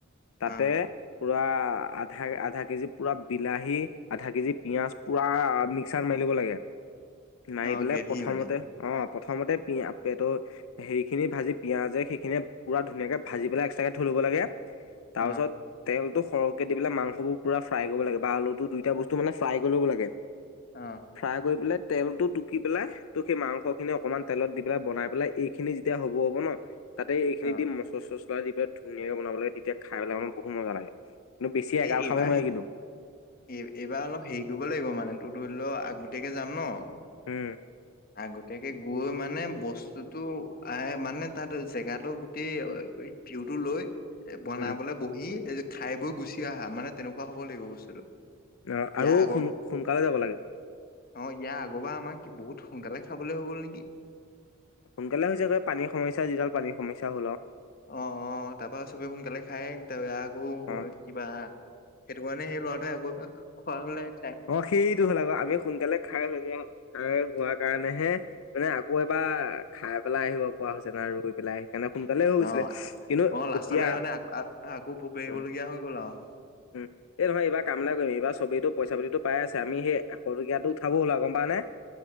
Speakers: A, on the left; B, on the left.
A: তাতে
B: অ
A: পুৰা আধা আধা কেজি পুৰা বিলাহী আধা কেজি পিয়াজ পুৰা মিক্সাৰ মাৰি লব লাগে
B: <inaudible>
A: মাৰি পেলে
B: গ্ৰেভি
A: প্ৰথমতে
B: মানে
A: অ প্ৰথমতে পেট হেৰি খিনি ভাজি পিয়াজে সেইখিনি পুৰা ধুনীয়াকে ভাজি পেলাই একট্ৰা কে থৈ লাগে তাৰপিছত
B: অ
A: তেলটো সৰহকে দি পেলাই মাংসবোৰ পুৰা ফ্ৰাই কৰিব লাগে বা আলুটো দুইটা বস্তু মানে ফ্ৰাই কৰিব লাগে
B: অ
A: ফ্ৰাই কৰি পেলাই তেলটো টুকি পেলাই ত সেই মাংস খিনি অকনমান তেলত দি পেলাই বনাই পেলাই এইখিনি যেতিয়া হ'ব হব ন তাতে এইখিনি
B: অ
A: দি মচলা চচলা দি পেলাই ধুনীয়াকে বনাব লাগে তেতিয়া খাই পেলাই মানে বহুত মজা লাগে। কিন্তু বেছি এগাল
B: এই এইবাৰ
A: খাব নোৱাৰি
B: এইবাৰ
A: কিন্তু
B: অলপ হেৰি দিব লাগিব মানে তোৰ ধৰি ল আগতীয়াকে যাম ন,
A: উম
B: আগতীয়াকে গৈ মানে বস্তুতটো এ মানে তাত জেগাতটো গোটেই ভিউ টো লৈ এ বনাবলৈ
A: উম
B: বহি খাই বৈ গুচি অহা মানে তেনেকুৱা হ'ব লাগিব বস্তুটো
A: অ
B: ইয়াৰ
A: আৰু
B: আগৰ
A: সোন সোনকালে যাব লাগে
B: অ ইয়াৰ আগৰ বাৰ আমাক বহুত সোনকালে খাবলৈ হৈ গল নেকি।
A: সোনকালে হৈছে গৈ পানীৰ সমস্যা যিডাল পানীৰ সমস্যা হল আৰু।
B: অ অ তাৰ পা চবে সোনকালে খায় তাৰ আকৌ
A: অ'
B: কিবা সেইটো কাৰণে সেই ল'ৰাটোৱে আকৌ খোৱাই
A: অ সেইটো হ'ল আকৌ আমি সোনকালে খাৰ হৈ যোৱা খাৰ হোৱা কাৰণেহে মানে আকৌ এবাৰ খাই পেলাই আহিব পৰা হৈছে ন ৰুই পেলাই আহি। এনে সোনকালে হৈ গৈছিলে
B: অ
A: কিন্তু
B: অ লাষ্টলে
A: এতিয়া
B: মানে আকৌ আকৌ ভোক লাগিবলগীয়া
A: উম!
B: হৈ গ'ল আৰু
A: উম এই নহয় এইবাৰ কাম নাই কৰিম এইবাৰ সবেইতো পইচা পাতিটো পাই আছে আমি সেই এশ টকীয়াটো উঠাব হ'ল আ গম পা আনে